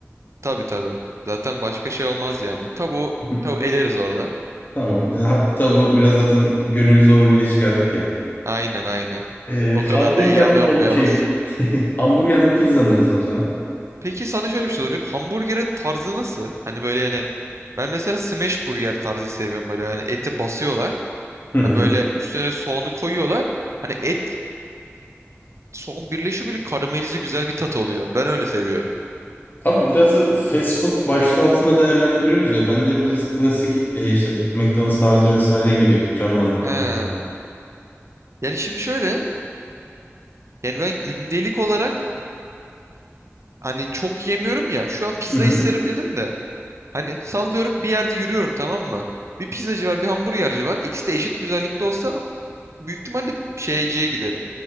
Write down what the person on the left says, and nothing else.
<laughs>
Tamam. E, ha- tavuğu biraz zaten gönül zoruyla çıkardık ya.
E,
hamburger
mi
tavuk şey <laughs> hamburger mi pizza mı desem sana?
Hı hı.
Abi biraz da fast food başlığı altında değerlendiriyoruz ya. Ben de biraz klasik e, işte McDonald's tarzı vesaire gibi canlandı kafamda.
Hı hı.